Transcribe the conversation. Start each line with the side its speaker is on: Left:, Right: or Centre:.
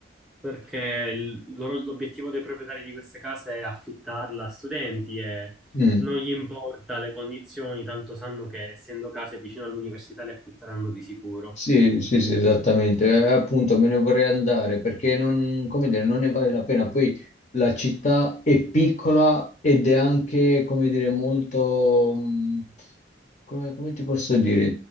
Centre: perché il loro- l'obiettivo dei proprietari di queste case è affittarla a studenti e
Left: Mm.
Centre: non gli importa le condizioni, tanto sanno che essendo case vicino all'università le affitteranno di sicuro.
Left: Sì, sì, sì, esattamente. Eh, appunto, me ne vorrei andare perché non, come dire, non ne vale la pena. Poi la città è piccola ed è anche, come dire, molto, mh, come, come ti posso dire?